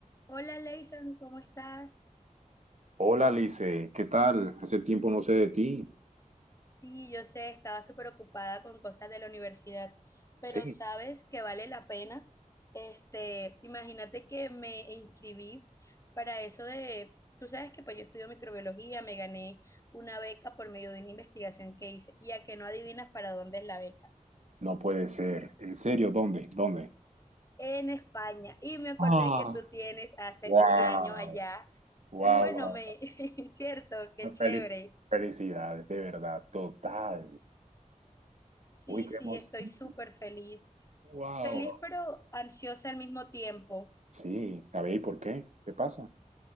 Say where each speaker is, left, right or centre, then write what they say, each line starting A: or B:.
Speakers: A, on the left; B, on the right.
A: Hola, Leyson, ¿cómo estás?
B: Hola, Lice, ¿qué tal? Hace tiempo no sé de ti.
A: Sí, yo sé, estaba súper ocupada con cosas de la universidad, pero
B: Sí.
A: sabes que vale la pena. Este, imagínate que me inscribí para eso de, tú sabes que pues yo estudio microbiología, me gané una beca por medio de una investigación que hice, y a que no adivinas para dónde es la beca.
B: No puede ser. ¿En serio? ¿Dónde? ¿Dónde?
A: En España, y me acordé
B: Ah,
A: que tú tienes hace
B: Wow,
A: un año allá,
B: wow,
A: y bueno,
B: wow.
A: me, <laughs> cierto, qué chévere.
B: Felic- felicidades, de verdad, total.
A: Sí,
B: Uy, qué
A: sí,
B: emoción.
A: estoy súper feliz.
B: wow.
A: Feliz pero ansiosa al mismo tiempo,
B: Sí, a ver, ¿y por qué? ¿Qué pasa?